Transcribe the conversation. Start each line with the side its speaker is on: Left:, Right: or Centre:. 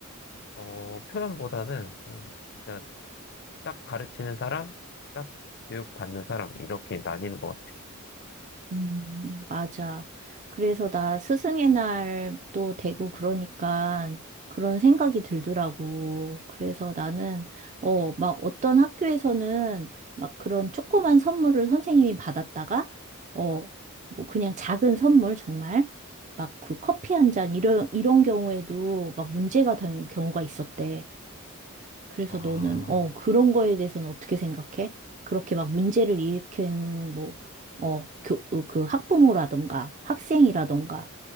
Left: 어, 표현보다는 그냥 진짜 딱 가르치는 사람, 딱 교육받는 사람, 이렇게 나뉘는 것 같아요.
Right: 음, 맞아. 그래서 나 스승의 날도 되고 그러니까 그런 생각이 들더라고. 그래서 나는, 어, 막 어떤 학교에서는 막 그런 조그만 선물을 선생님이 받았다가, 어, 뭐 그냥 작은 선물 정말, 막 그 커피 한 잔 이런, 이런 경우에도 막 문제가 된 경우가 있었대. 그래서
Left: 아,
Right: 너는, 어, 그런 거에 대해서는 어떻게 생각해? 그렇게 막 문제를 일으킨, 뭐, 어, 교, 어, 그 학부모라던가 학생이라던가